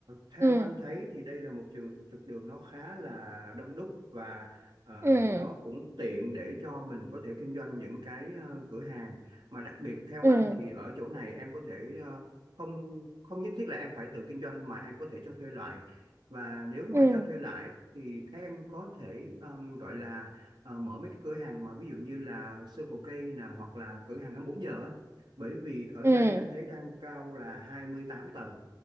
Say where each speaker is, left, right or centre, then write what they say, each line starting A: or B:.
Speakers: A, on the right; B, on the right.
A: theo
B: ừ
A: anh thấy thì đây là một trường một trục đường nó khá là đông đúc và ờ,
B: ừ
A: nó cũng tiện để cho mình có thể kinh doanh những cái ờ, cửa hàng. Mà đặc biệt theo
B: ừ
A: anh thì ở chỗ này em có thể ờ, không không nhất thiết là em phải tự kinh doanh mà em có thể cho thuê lại. Và nếu mà
B: ừ ừ
A: cho thuê lại thì em có thể ờm, gọi là ờ, mở mấy cái cửa hàng mà ví dụ như là Circle K nè hoặc là cửa hàng 24 giờ á bởi vì ở
B: Ừ.
A: đây anh thấy đang cao là hai mươi tám tầng